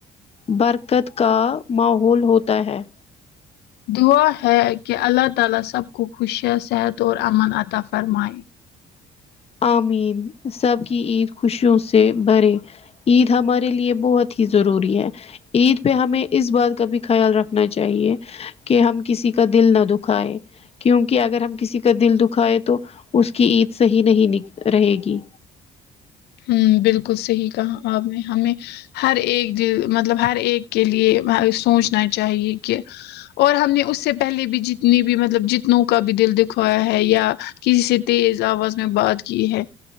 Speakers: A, on the left (about 35°); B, on the left (about 75°).
A: برکت کا ماحول ہوتا ہے
B: دعا ہے کہ اللہ تعا لی سب کو خوشیاں صحت اور امن عطا فرمائے
A: آمین سب کی عید خوشیوں سے برے عید ہمارے لیے بہت ہی ضروری ہے عید پہ ہمیں اس بات کا بھی خیال رکھنا چاہیے کہ ہم کسی کا دل نہ دکھائے کیونکہ اگر ہم کسی کا دل دکھائے تو اس کی عید صحیح نہیں رہے گی
B: ہوں بالکل صحیح کہا آپ نے ہمیں ہر ایک د مطلب ہر ایک کے لیے سوچنا چاہیے کہ اور ہم نے اس سے پہلے بھی جتنی بھی مطلب جتنوں کا بھی دل دکھوایا ہے یا کسی سے تیز آواز میں بات کی ہے